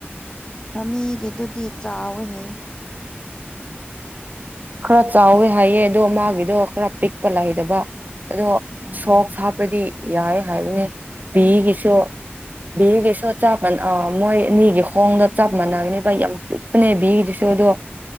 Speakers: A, on the left; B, on the right.
A: ꯃꯃꯤꯒꯤꯗꯨꯗꯤ ꯆꯥꯎꯋꯦ ꯍꯥꯏꯌꯦ꯫
B: ꯈꯔ ꯆꯥꯎꯋꯦ ꯍꯥꯏꯌꯦ ꯑꯗꯣ ꯃꯥꯒꯤꯗꯣ ꯈꯔ ꯄꯤꯛꯄ ꯂꯩꯗꯕ꯫ ꯑꯗꯣ
A: ꯎꯝ
B: ꯁꯣꯛꯁ ꯍꯥꯞꯄꯗꯤ ꯌꯥꯏꯌꯦ ꯍꯥꯏꯕꯅꯦ ꯕꯤꯒꯤꯁꯨ꯫ ꯕꯤꯒꯤꯁꯨ ꯆꯞ ꯑ ꯃꯣꯏ ꯅꯤꯒꯤ ꯈꯣꯡꯗ ꯆꯞ ꯃꯥꯟꯅꯕꯅꯤꯕ ꯌꯥꯝ ꯄꯤꯛꯄꯅꯦ ꯕꯤꯒꯤꯗꯨꯁꯨ ꯑꯗꯣ